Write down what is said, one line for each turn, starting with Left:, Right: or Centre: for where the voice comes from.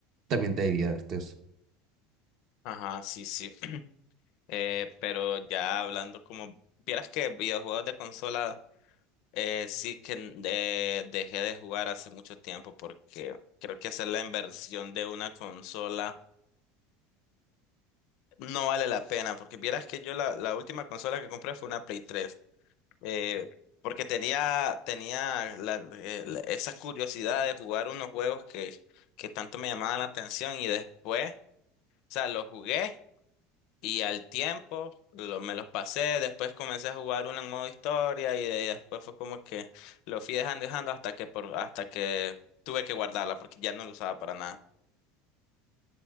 Right: también te diviertes.
Left: Ajá, sí, sí. <clears throat> Eh, pero ya hablando como, vieras que videojuegos de consola eh, sí que n- de- dejé de jugar hace mucho tiempo porque creo que hacer la inversión de una consola No vale la pena, porque vieras que yo la, la última consola que compré fue una Play 3, eh, porque tenía, tenía la- eh, la- esa curiosidad de jugar unos juegos que, que tanto me llamaban la atención y después, o sea, los jugué y al tiempo lo- me los pasé, después comencé a jugar uno en modo historia y, de, ahí después fue como que lo fui dejando dejando hasta que, por, hasta que tuve que guardarla porque ya no lo usaba para nada.